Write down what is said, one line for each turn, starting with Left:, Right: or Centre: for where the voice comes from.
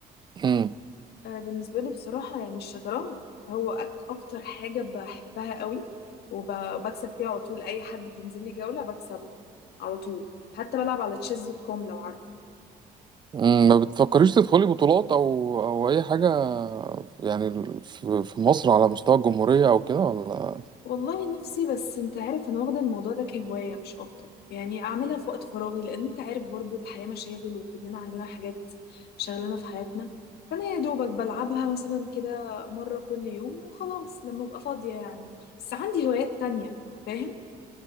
Right: مم.
Left: آه، بالنسبة لي بصراحة يعني الشطرنج هو أك أكتر حاجة بحبها قوي وب- وبكسب فيها على طول أي حد بينزل لي جولة بكسبه على طول حتى بلعب على تشيز دوت كوم لو عارفه
Right: مم. ما بتفكريش تدخلي بطولات او او اي حاجه يعني في في مصر على مستوى الجمهوريه او كده ولا
Left: والله نفسي بس أنت عارف أنا واخدة الموضوع ده كهواية مش أكتر يعني أعملها في وقت فراغي لأن أنت عارف برضو الحياة مشاغل وكلنا عندنا حاجات شغلنا في حياتنا فأنا يا دوبك بلعبها مثلا كده مرة كل يوم وخلاص لما أبقى فاضية يعني بس عندي هوايات تانية فاهم